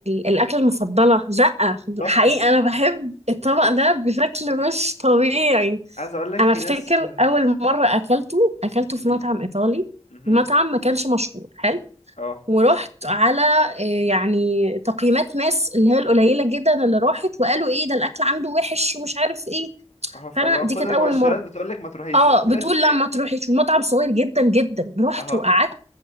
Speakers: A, on the right; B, on the left.
A: الاكله المفضله لا
B: تحفة
A: حقيقي انا بحب الطبق ده بشكل مش طبيعي
B: عايز اقول لك
A: انا
B: في
A: افتكر
B: ناس
A: اول مره اكلته اكلته في
B: امم
A: مطعم ايطالي
B: امم
A: المطعم ما كانش مشهور حلو
B: اه
A: ورحت على آه، يعني تقييمات ناس اللي هي القليله جدا اللي راحت وقالوا ايه ده الاكل عنده وحش ومش عارف ايه
B: اه فاللي
A: فانا
B: هو
A: دي
B: كل
A: كانت
B: المؤشرات
A: اول مره
B: بتقول لك ما تروحيش
A: اه
B: يعني
A: بتقول
B: <laughs>
A: لا ما تروحيش ومطعم صغير جدا جدا رحت
B: اه
A: وقعدت